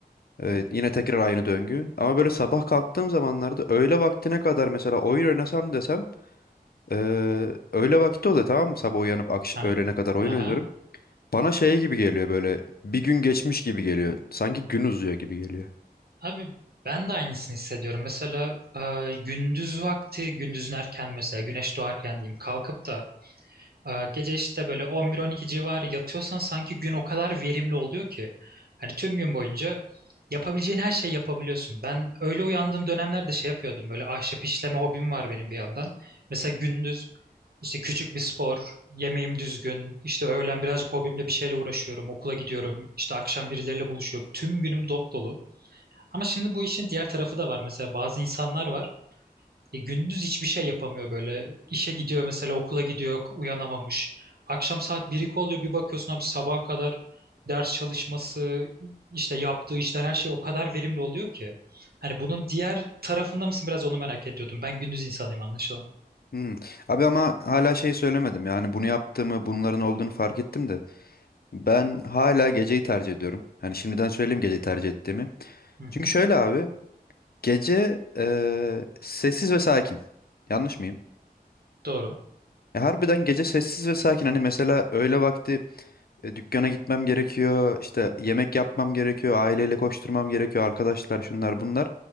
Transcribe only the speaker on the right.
Hah.
Aha.
Abi ben de aynısını hissediyorum. Mesela e, gündüz vakti, gündüzün erken mesela güneş doğarken diyeyim kalkıp da Ee, Gece işte böyle 11-12 civarı yatıyorsan sanki gün o kadar verimli oluyor ki. Hani tüm gün boyunca yapabileceğin her şeyi yapabiliyorsun. Ben öyle uyandığım dönemlerde şey yapıyordum. Böyle ahşap işleme hobim var benim bir yandan. Mesela gündüz işte küçük bir spor, yemeğim düzgün, işte öğlen birazcık hobimle bir şeyle uğraşıyorum, okula gidiyorum, işte akşam birileriyle buluşuyorum. Tüm günüm dop dolu. Ama şimdi bu işin diğer tarafı da var. Mesela bazı insanlar var. E, gündüz hiçbir şey yapamıyor böyle. İşe gidiyor mesela okula gidiyor uyanamamış. Akşam saat 1 oluyor bir bakıyorsun abi sabaha kadar ders çalışması işte yaptığı işler her şey o kadar verimli oluyor ki. Hani bunun diğer tarafında mısın biraz onu merak ediyordum. Ben gündüz insanıyım anlaşılan.
Hı hı.
Doğru.